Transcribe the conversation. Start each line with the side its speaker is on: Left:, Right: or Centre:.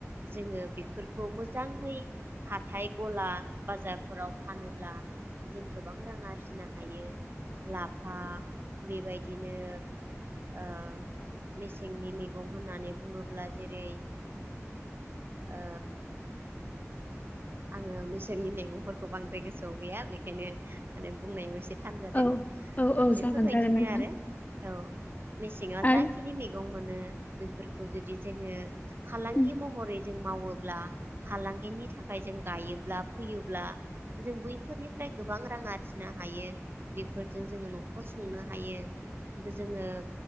Right: जोङो बेफोर खौ मोजांहै हाथाइ गला बाजारफोराव फानोब्ला जों गोबां रां आरजिनो हायो लाफा बेबायदिनो ओ मेसेंनि मैगं होननानै बुङोब्ला जेरै ओ आङो मैसेंनि मैगंफोरखौ बांद्राय गोसोआव गैया बेखायनो माने बुंनायाव एसे थानजादों
Left: औ औ औ
Right: बेफोरबायदिनो
Left: जागोन जागोन नोंथां
Right: आरो औ मेसेङाव
Left: आ
Right: जाखिनि मैगं मोनो बैफोरखौ जुदि जोङो फालांगि
Left: उम
Right: महरै जों मावोब्ला फालांगिनि थाखाय थाखाय जों गायोब्ला फैयोब्ला जों बैफोरनिफ्राय गोबां रां आरजिनो हायो बेफोरजों जोङो न'खर संनो हायो जोङो